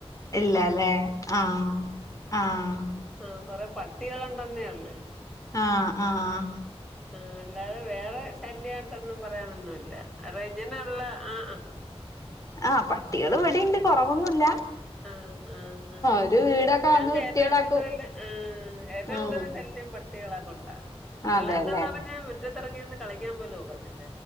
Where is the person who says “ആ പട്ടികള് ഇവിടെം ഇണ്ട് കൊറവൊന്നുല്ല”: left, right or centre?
Left